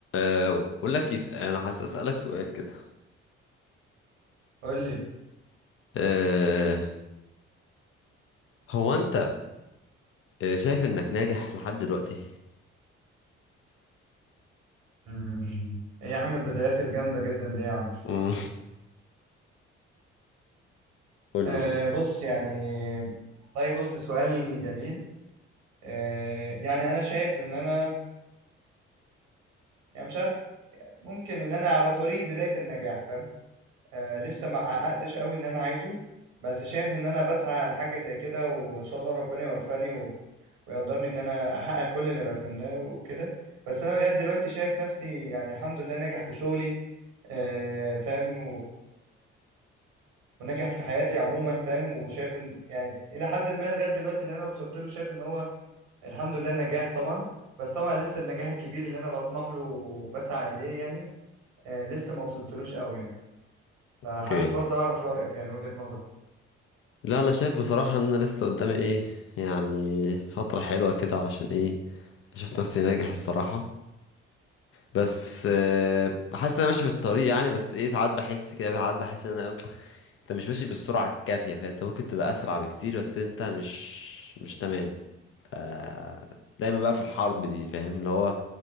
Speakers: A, on the left (about 40°); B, on the right (about 70°).
A: أو بقول لك يس... انا حاسس اسالك سؤال كده
B: قول لي
A: أه... هو انت آه، شايف انك ناجح لحد دلوقتي
B: مم. ايه يا عم البدايات الجامدة جدا دي يا عم
A: مم. <laughs> قول
B: آه
A: لي كده
B: بص يعني والله بص سؤال جميل آه يعني انا شايف ان انا يعني مش عارف ممكن ان انا على طريق بداية النجاح فاهم آه لسه ما حققتش قوي ان انا عايزه بس شايف ان انا بسعى لحاجة زي كده وان شاء الله ربنا يوفقني و- ويقدرني ان انا احقق كل اللي بتمناه وكده بس انا لغاية دلوقتي شايف نفسي يعني الحمد لله ناجح في شغلي آه فاهم وناجح في حياتي عموما فاهم وشايف ان يعني الى حد ما لغايه دلوقتي اللي انا وصلت له شايف ان هو الحمد لله نجاح طبعا بس طبعا لسه النجاح الكبير اللي انا بطمح له وبسعى اليه يعني آه لسه ما وصلتلوش قوي يعني فحابب
A: اوكي
B: برضه اعرف رايك يعني وجهه نظرك
A: لا انا شايف بصراحه ان انا لسه قدامي ايه يعني فتره حلوه كده علشان ايه شفت نفسي ناجح الصراحه بس أه... حاسس ان انا ماشي في الطريق يعني بس ايه ساعات بحس كده ساعات بحس ان انا إيه، انت مش ماشي بالسرعة الكافية فانت ممكن تبقى اسرع بكتير بس انت مش مش تمام ف دايما بقى في الحرب دي فاهم اللي هو